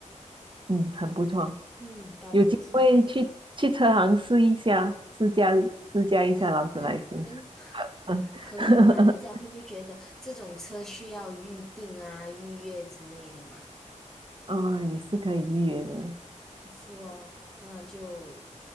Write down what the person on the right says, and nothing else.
嗯，很不错，
有机会去去车行试一下，试驾试驾一下劳斯莱斯。
<laughs>
嗯，也是可以预约的。